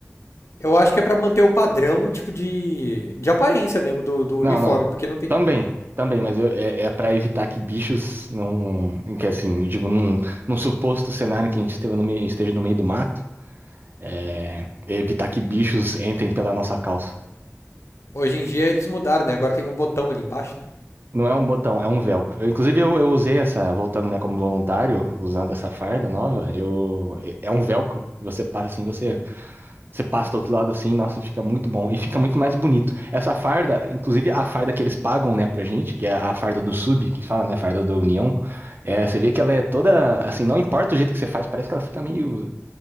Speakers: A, on the left; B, on the right.
A: Eu acho que é pra manter o padrão, o tipo de, de aparência mesmo do, do
B: Não,
A: uniforme,
B: não.
A: porque não tem.
B: Também, também, mas eu- é, é para evitar que bichos não. Que assim, digo, num, num suposto cenário que a gente esteve no meio- esteja no meio do mato, é, evitar que bichos entrem pela nossa calça.
A: Hoje em dia eles mudaram, né? Agora tem um botão ali embaixo, né?
B: Não é um botão, é um velcro. Eu, inclusive, eu, eu usei essa, voltando, né, como voluntário, usando essa farda nova, eu, é é um velcro. Você passa assim, você, você passa do outro lado assim, nossa, fica muito bom. E fica muito mais bonito. Essa farda, inclusive a farda que eles pagam, né, pra gente, que é a farda do sub, que fala, né, a farda da União, é, você vê que ela é toda, assim, não importa o jeito que você faz, parece que ela fica meio,